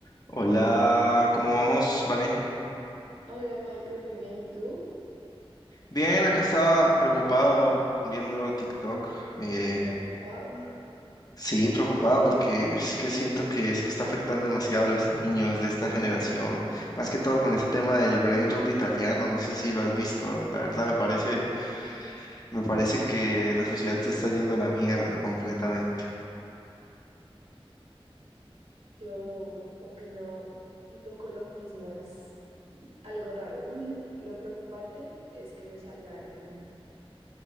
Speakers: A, on the left; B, on the right.
A: Hola, ¿cómo vamos? Vale.
B: Hola Michael, muy bien. ¿Y tú?
A: Bien, acá estaba preocupado viendo TikTok. Eh,
B: Ocupado.
A: sí, preocupado porque es que siento que eso está afectando demasiado a los niños de esta generación. Más que todo con ese tema del brain rot italiano. No sé si lo has visto. La verdad me parece, me parece que la sociedad se está yendo a la mierda completamente.
B: Yo opino un poco lo mismo, es algo raro. <laughs> Lo preocupante es que me salga en,